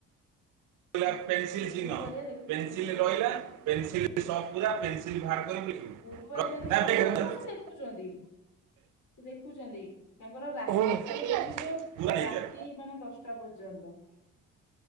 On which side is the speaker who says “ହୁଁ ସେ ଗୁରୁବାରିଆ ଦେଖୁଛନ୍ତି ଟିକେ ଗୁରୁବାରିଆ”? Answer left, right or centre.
Left